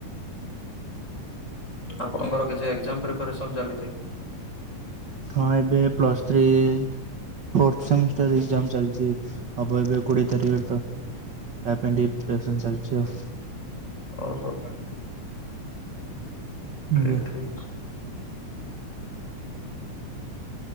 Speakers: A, on the left (about 20°); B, on the right (about 40°).
A: ଆପଣଙ୍କର କିଛି ଏକ୍ଜାମ ପ୍ରିପରେସନ ଚାଲିଛି କି?
B: ହଁ ଏବେ plus three fourth semester exam ଚାଲିଛି ହବ ଏବେ କୋଡିଏ ତାରିଖ ଆଡ଼କୁ। ଚ ଆ ପାଇଁ ଡ଼ିପ୍ରେସନ ଚାଲିଛି ଆଉ।
A: ଓହୋ
B: ଆଜ୍ଞା।
A: ଠିକ୍ ଠିକ୍।